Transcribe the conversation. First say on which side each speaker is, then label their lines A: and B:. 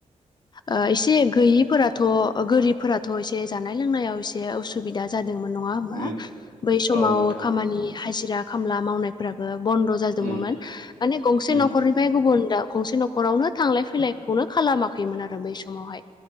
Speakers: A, on the left (about 35°); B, on the right (about 85°).
A: ओ एसे गैयिफोराथ' गोरिबफोराथ' एसे जानाय लोंनायाव एसे उसु बिदा जादोंमोन नङा
B: उम
A: होमबा। बै समाव
B: औ नोंथां
A: खामानि हाजिरा खामला मावनाय फोराबो बन्द' जाजोबोमोमोन।
B: उम
A: माने गंसे
B: उम
A: न'खरनिफ्राय गुबुन दाउ गंसे न'खरावनो थांलाय फैलायखौनो खालामाखैमोन आरो बै समावहाय